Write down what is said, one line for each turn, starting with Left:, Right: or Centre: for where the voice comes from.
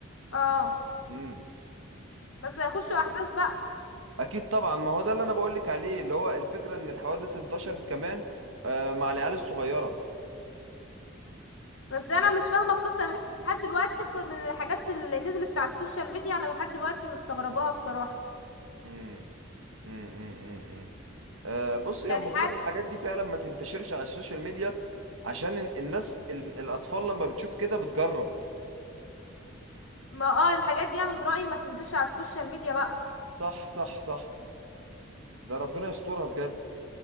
Left: اه
Right: امم
Left: بس هيخشوا احداث بقى
Right: اكيد طبعا ما هو ده اللي انا بقولك عليه اللي هو الفكره ان الحوادث انتشرت كمان آه، مع العيال الصغيره
Left: بس
Right: يعني
Left: انا مش فاهمة القصة من لحد دلوقتي ك- من الحاجات اللي نزلت في على السوشيال ميديا انا لحد دلوقتي مستغرباها بصراحة
Right: امم امم امم امم آه، بص هي
Left: يعني
Right: المفروض
Left: حاجة
Right: الحاجات دي فعلا ما تنتشرش على السوشيال ميديا عشان ال- الناس ال- الاطفال لما بتشوف كده بتجرب
Left: ما اه الحاجات دي انا من رأيي ما تنزلش على السوشيال ميديا بقى
Right: صح صح صح ده ربنا يسترها بجد